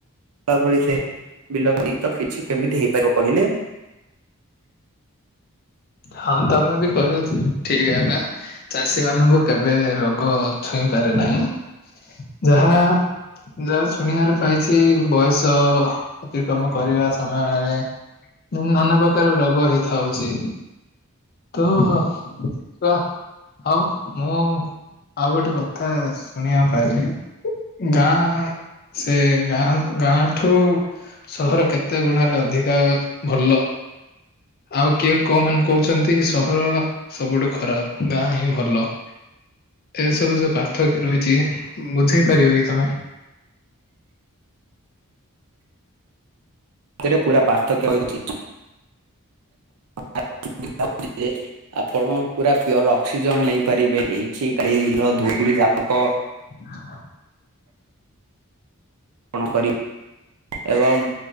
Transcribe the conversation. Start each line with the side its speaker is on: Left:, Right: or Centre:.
Right: ଲା ଭଳି ସେ ବିଲ <inaudible> ତ କିଛି କେମିତି ହେଇପାରିବ କହିଲେ?
Left: ହଁ ତମେ ବି କହିବା ଠିକ୍ ହେଲା। ଚାଷୀ ମାନଙ୍କୁ କେବେ ରୋଗ ଛୁଇଁ ପାରେ ନାହିଁ। ଯାହା ଯାହା ଶୁଣିବାରୁ ପାଇଛି ବୟସ ଅତିକ୍ରମ କରିବା ସମୟରେ ନନା ପ୍ରକାର ରୋଗ ହିଁ ଖାଉଛି। ତେଣୁ ର <unintelligible> ହ। ମୁଁ ଆଉ ଗୋଟେ କଥା ଶୁଣିବାକୁ ପାଇଲି ଗାଁ ସେ ଗାଁ ଗାଁ ଠୁ ସହର କେତେ ଗୁଣରେ ଅଧିକା ଭଲ ଆଉ କିଏ କମାନେ କହୁଛନ୍ତି ସହର ସବୁଠୁ ଖରାପ୍ ଗାଁ ହିଁ ଭଲ। ଏଇସବୁ ଯୋଉ ପାର୍ଥକ୍ୟ ରହିଛି ବୁଝେଇ ପାରିବ କି ତମେ?
Right: ଥିରେ ପୁରା ପାର୍ଥକ୍ୟ ରହିଛି। <inaudible> ଆପଣ ପୁରା ପିଅର ଅକ୍ସିଜେନ୍ ନେଇପାରିବେ ଏଇଠି <unintelligible> ର ଧୁଳିରେ ଆପଣଙ୍କ
Left: <inaudible>
Right: କଣ କରି ଏବଂ